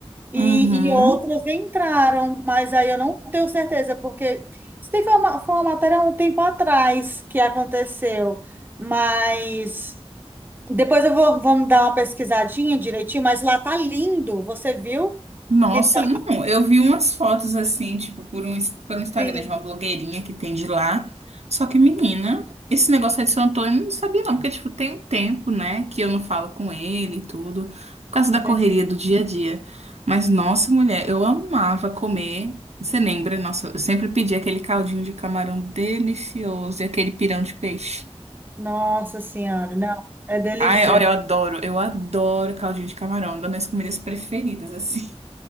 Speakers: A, on the right (about 20°); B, on the right (about 75°).
A: e,
B: Uhum.
A: e outras entraram, mas aí eu não tenho certeza, porque isso daí foi uma, foi uma matéria há um tempo atrás que aconteceu, mas depois eu vou, vamos dar uma pesquisadinha direitinho, mas lá tá lindo, você viu?
B: Nossa,
A: Que tá
B: não, eu vi umas fotos assim, tipo, por um, ins- pelo Instagram
A: assim.
B: de uma blogueirinha que tem de lá. Só que, menina, esse negócio aí de São Antônio eu não sabia não, porque, tipo, tem um tempo, né, que eu não falo com ele e tudo, por causa da correria
A: é,
B: do dia a dia. Mas, nossa, mulher, eu amava comer. Você lembra? Nossa, eu sempre pedi aquele caldinho de camarão delicioso e aquele pirão de peixe.
A: Nossa Senhora, não, é delícia.
B: Ai, olha, eu adoro, eu adoro caldinho de camarão, é uma das minhas comidas preferidas, assim.